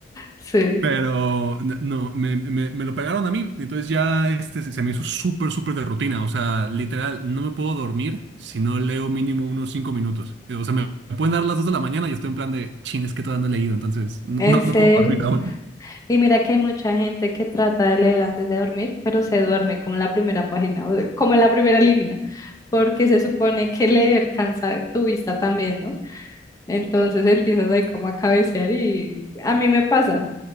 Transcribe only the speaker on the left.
Sí,
en
serio.
Y mira que hay mucha gente que trata de leer antes de dormir, pero se duerme como en la primera página, o como en la primera línea. porque se supone que leer cansa tu vista también, ¿no? Entonces empiezas ahí como a cabecear y a mí me pasa.